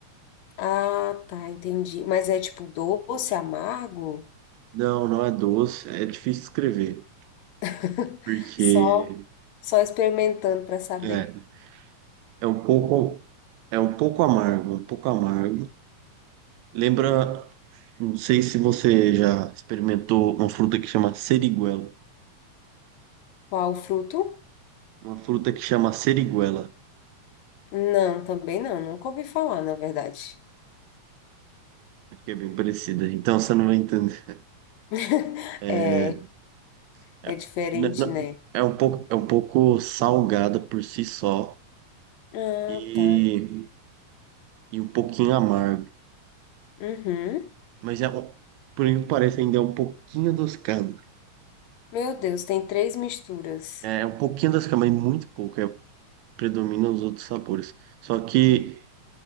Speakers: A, on the left; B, on the right.
A: Ah, tá, entendi. Mas é tipo doce, amargo?
B: Não, não é doce, é difícil escrever,
A: <laughs>
B: porque
A: Só, só experimentando para saber
B: é, é um pouco, é um pouco amargo, um pouco amargo. Lembra, não sei se você já experimentou uma fruta que chama seriguela.
A: qual o fruto?
B: Uma fruta que chama seriguela.
A: Não, também não. Nunca ouvi falar, na verdade.
B: É porque é bem parecida. Então você não vai entender.
A: <laughs>
B: É,
A: É.
B: é,
A: É diferente,
B: n- n-
A: né?
B: é um pouco, é um pouco salgada por si só
A: Ah,
B: e,
A: tá.
B: e um pouquinho amargo.
A: Uhum.
B: Mas é, um- por isso parece ainda é um pouquinho adocicado.
A: Meu Deus, tem três misturas.
B: É, é um pouquinho adocicado, mas muito pouco. É, predomina os outros sabores. Só que